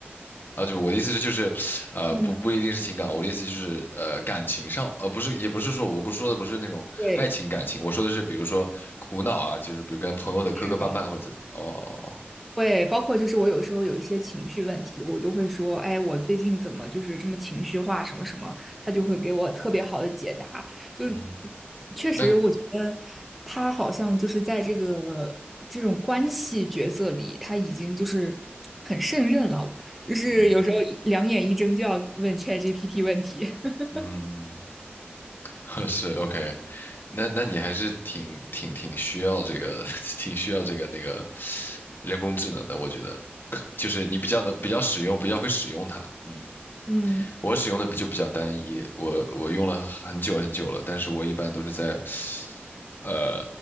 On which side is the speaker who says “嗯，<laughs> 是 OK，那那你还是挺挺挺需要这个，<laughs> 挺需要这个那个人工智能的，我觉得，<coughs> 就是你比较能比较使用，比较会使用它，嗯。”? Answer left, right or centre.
Left